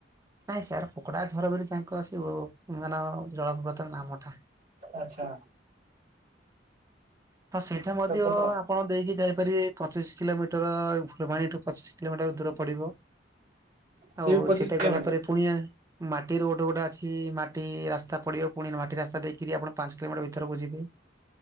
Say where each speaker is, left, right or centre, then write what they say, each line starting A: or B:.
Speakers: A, on the right (about 20°); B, on the right (about 45°).
A: ନାଇଁ ସାର୍ ପକୋଡ଼ା ଝର ବୋଲି ତାଙ୍କ ସେ ମାନେ ଜଳପ୍ରପାତର ନାମଟା।
B: ଆଚ୍ଛା।
A: ହଁ ସେଇଟା
B: ସେଟା
A: ମଧ୍ୟ
B: ଭଲ
A: ଆପଣ ଦେଇକି ଯାଇ ପାରିବେ ପଚିଶ କିଲୋମିଟର ଫୁଲବାଣୀଠୁ ପଚିଶ କିଲୋମିଟର ଦୂର ପଡ଼ିବ।
B: ସେ
A: ଆଉ
B: ବି ପଚିଶ
A: ସେଇଟା
B: କିଲୋମିଟର।
A: ଗଲା ପରେ ପୁଣିଆ ମାଟି ରୋଡ୍ ଗୋଟା ଅଛି ମାଟି ରାସ୍ତା ପଡିବ ପୁଣି ନୁ ମାଟି ରାସ୍ତା ଦେଇକିରି ଆପଣ ପାଞ୍ଚ କିଲୋମିଟର ଭିତରକୁ ଯିବେ।